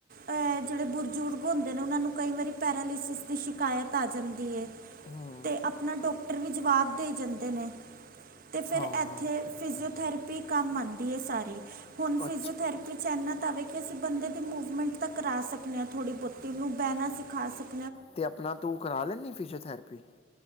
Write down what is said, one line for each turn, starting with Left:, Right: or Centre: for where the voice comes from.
Right: ਅ ਜਿਹੜੇ ਬੁਰ ਬਜ਼ੁਰਗ ਹੁੰਦੇ ਨੇ ਉਹਨਾਂ ਨੂੰ ਕਈ ਵਾਰੀ ਪੈਰਾਲੀਸਿਸ ਦੀ ਸ਼ਿਕਾਇਤ ਆ ਜਾਂਦੀ ਹੈ
Left: ਹੂੰ
Right: ਤੇ ਆਪਣਾ ਡਾਕਟਰ ਵੀ ਜਵਾਬ ਦੇ ਜਾਂਦੇ ਨੇ ਤੇ ਫਿਰ
Left: ਹਾਂ
Right: ਇੱਥੇ ਫਿਜ਼ੀਓਥੈਰੇਪੀ ਕੰਮ ਆਂਦੀ ਏ ਸਾਰੀ ਹੁਨ ਫਿਜ਼ੀਓਥਰੇਪੀ
Left: ਅੱਛਾ
Right: ਇਨ੍ਹਾਂ ਤਾਂ ਵੇਖਿਆ। ਅਸੀਂ ਬੰਦੇ ਦੀ ਮੂਵਮੈਂਟ ਤਾਂ ਕਰਾ ਸਕਦੇ ਆ। ਥੋੜ੍ਹੀ ਬਹੁਤੀ ਉਹਨੂੰ ਬਹਿਨਾ ਸਿਖਾ ਸਕਦੇ।
Left: ਤੇ, ਆਪਣਾ ਤੂੰ ਕਰਾ ਲੈਨੀ ਫਿਜ਼ਓਥੈਰੇਪੀ?